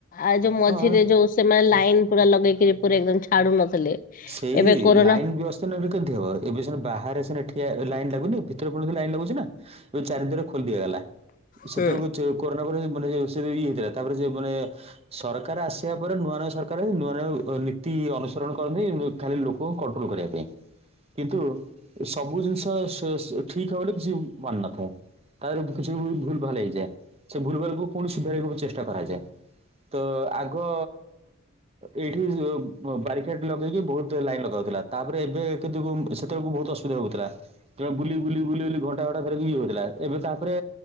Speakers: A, on the left; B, on the right.
A: ଆ ଯୋଉ ମଝିରେ
B: ହଁ
A: ଯୋଉ ସେମାନେ ଲାଇନ ପୁରା ଲଗେଇକିରି ପୁରା ଏକଦମ ଛାଡୁ ନଥିଲେ।
B: ସେଇ
A: ଏବେ କୋରୋନା
B: ଲାଇନ୍ ବିଅସ୍। ଭିତରେ ନ ରଇଲେ କେମତି ହବ ଏବେ ସିନା ବାହାରେ ସିନା ଠିଆ ଲାଇନ୍ ଲାଗୁନି ଭିତରେ ପୁଣି ଲାଇନ୍ ଲାଗୁଛି ନା। ଏବେ ଚାରି ଦ୍ଵାର ଖୋଲି ଦିଆଗଲା ସେତେ
A: ହୁଁ
B: ବେଳକୁ। ସେ ଯୋଉ କରୋନା ପରେ ମାନ ଇଏ ସେ ଇଏ ହେଇଥିଲା ତାପରେ ସେ ମାନେ। ସରକାର ଆସିବା ପରେ ନୂଆ ନୂଆ ସରକାର ହେଇ ନୂଆ ନୂଆ ନୀତି ଅନୁସରଣ। କରନ୍ତି ଖାଲି ଲୋକଙ୍କୁ କଣ୍ଟ୍ରୋଲ କରିବା ପାଇଁ। କିନ୍ତୁ ସବୁ ଜିନିଷ ସ ସ ଠିକ ହବ ବୋଲି କିଛି ମାନେ ନଥାଏ। ତାରୁ କିଛି ବି ଭୁଲ ଭାଲ ହେଇଯାଏ ସେ ଭୁଲ ଭାଲକୁ ପୁଣି ସୁଧାରିବାକୁ ବି ଚେଷ୍ଟା କରାଯାଏ। ତ ଆଗ ଏଇଠି ବାରି କେଟ ଲଗେଇକି ବହୁତ ଲାଇନ ଲଗା ହଉଥିଲା ତାପରେ ଏବେ କିନ୍ତୁ ସେତେ ବେଳକୁ ବହୁତ ଅସୁବିଧା ହଉଥିଲା। ତ ବୁଲି ବୁଲି ବୁଲି ବୁଲି ଘଣ୍ଟା ଘଣ୍ଟା ଧରିକି ଇଏ ହଉ ଥିଲା ଏବେ ତାପରେ।